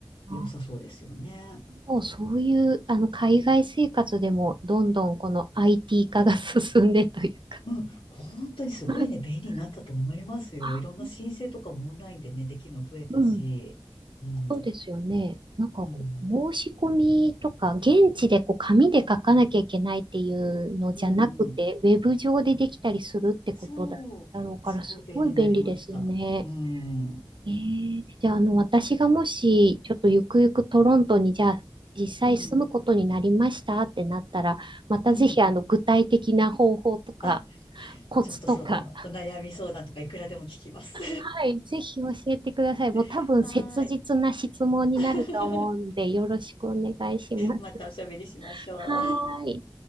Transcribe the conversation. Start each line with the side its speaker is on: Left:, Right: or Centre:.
Right: あ、
Left: 良さそうですよね。
Right: もうそういう、あの、海外生活でも、どんどんこの IT 化が <laughs> 進んでというか。
Left: うん、本当にすごいね、
Right: <laughs>
Left: 便利になったと思いますよ。
Right: あ、
Left: いろんな申請とかもオンラインでね、できるの増えたし。
Right: うん。
Left: うん、
Right: そうですよね。なんか、
Left: うん、
Right: 申し込みとか、現地でこう紙で書かなきゃいけないっていうのじゃなくて、
Left: うん、うん。
Right: ウェブ上でできたりするってことだ、
Left: そう、
Right: だろうから、
Left: すごい便利になりました。
Right: すごい便利ですね。
Left: うん、う
Right: えー、じゃあ、あの、私がもし、ちょっとゆくゆくトロントに、じゃあ、実際住むことになりましたってなったら、
Left: ん、
Right: またぜひ、
Left: うん。
Right: あの、具体的な方法とか、
Left: あ、
Right: コツとか
Left: ちょっとそのお、お悩み相談とかいくらでも聞きます。
Right: はい、ぜひ教えてください。もう多分切実な質問になると思うんで、
Left: <laughs> はーい。<laughs>
Right: よろしくお願いします。
Left: またおしゃべりしましょう。
Right: はーい。